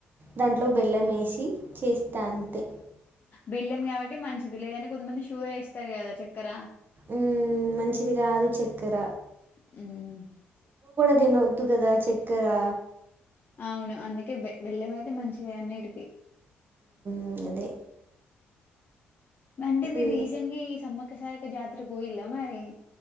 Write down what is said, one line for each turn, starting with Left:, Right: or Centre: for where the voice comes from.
Right: దాంట్లో బెల్లం వేసి చెస్ త అంతే
Left: బెల్లెం కాబట్టి మంచిది లేదంటే కొంతమంది షుగర్ వేస్తారు కదా చక్కర
Right: మ్ మంచిది కాదు చక్కెర
Left: మ్
Right: తినోద్దు కదా చక్కరా
Left: అవును అందుకే బె-బెల్లం అయితే మంచిది అన్నిటికిీ
Right: మ్ అదే
Left: అంటే మీరు
Right: ఈ
Left: రీసెంట్ గా ఈ సమ్మక్క సారక్క జాతరకు పోయిలా మరి